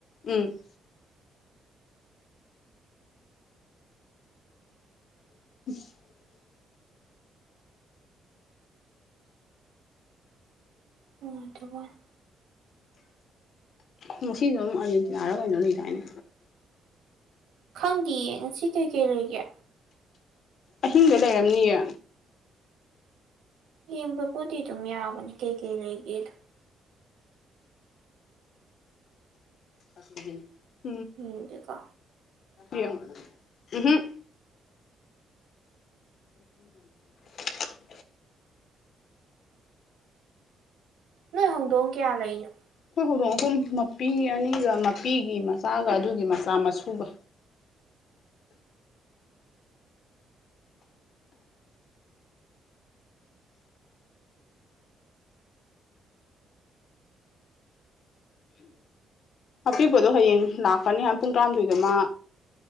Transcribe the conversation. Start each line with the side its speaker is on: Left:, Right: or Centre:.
Left: ꯎꯝ <unintelligible>
Right: ꯅꯨꯉꯥꯢꯇꯕ ꯋꯥꯅꯦ
Left: ꯉꯁꯤꯁꯨ ꯑꯃꯨꯛ ꯑꯔꯖꯦꯟꯇꯤꯅꯥꯔ ꯀꯩꯅꯣꯝ ꯂꯩꯗꯥꯏꯅꯦ
Right: ꯈꯪꯗꯤꯌꯦ ꯉꯁꯤ ꯀꯩꯀꯩ ꯂꯩꯒꯦ
Left: ꯑꯍꯤꯡꯗ ꯂꯩꯔꯝꯅꯤꯌꯦ
Right: ꯌꯦꯡꯕꯄꯨꯨꯗꯤ ꯑꯗꯨꯝ ꯌꯥꯕꯅꯤ ꯀꯩ ꯀꯩ ꯂꯩꯏꯒꯦꯗꯨ
Left: <unintelligible>
Right: ꯌꯦꯡꯒꯦꯀꯣ
Left: ꯌꯦꯡꯉꯣ ꯎꯝꯍꯨꯝ <unintelligible>
Right: ꯅꯣꯏ ꯍꯧꯗꯣꯡ ꯀꯌꯥ ꯂꯩꯅꯣ
Left: ꯑꯩꯈꯣꯏ ꯍꯧꯗꯣꯡ ꯑꯍꯨꯝ ꯃꯄꯤ ꯑꯅꯤꯒ ꯃꯄꯤꯒꯤ ꯃꯆꯥꯒ ꯑꯗꯨꯒꯤ ꯃꯆꯥ ꯃꯁꯨꯒ ꯑꯄꯤꯛꯄꯗꯣ ꯍꯌꯦꯡ ꯂꯥꯛꯀꯅꯤ ꯍꯥꯏ ꯄꯨꯡ ꯇꯔꯥꯃꯊꯣꯏꯗ ꯃꯥ